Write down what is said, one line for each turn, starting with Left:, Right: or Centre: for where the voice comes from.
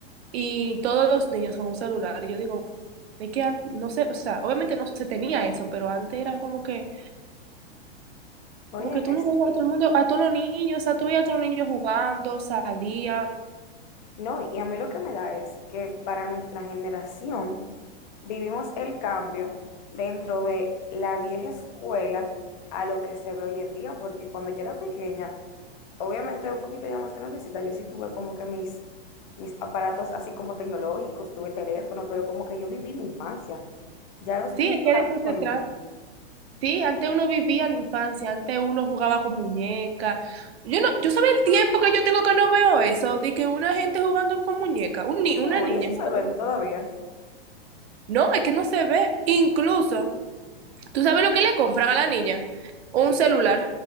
Right: y todos los niños con un celular, y yo digo, es que an- no sé, o sea, obviamente no se tenía eso, pero antes era como que
Left: Óyeme,
Right: como que tú no veías
Left: sí.
Right: a todo el mundo, a todos los niños, o sea, tú veías a todos los niños jugando, salían.
Left: No, y a mí lo que me da es que para nuestra generación vivimos el cambio dentro de la vieja escuela a lo que se ve hoy en día, porque cuando yo era pequeña, obviamente un poquito ya más grandecita, yo sí tuve como que mis, mis aparatos así como tecnológicos, tuve teléfono, pero como que yo viví mi infancia. Ya los
Right: Sí,
Left: niños
Right: es
Left: no
Right: que de
Left: la
Right: eso
Left: viven
Right: se
Left: hoy
Right: trata.
Left: en día.
Right: Sí, antes uno vivía la infancia, antes uno jugaba con muñecas. Yo no, yo sabía el tiempo que yo tengo que no veo eso, de que una gente jugando con muñecas, un ni-
Left: No,
Right: una niña
Left: y eso se
Right: jugando
Left: vende
Right: con...
Left: todavía,
Right: No, es que no se ve. Incluso, ¿tú sabes lo que le compran a la niña? Un celular.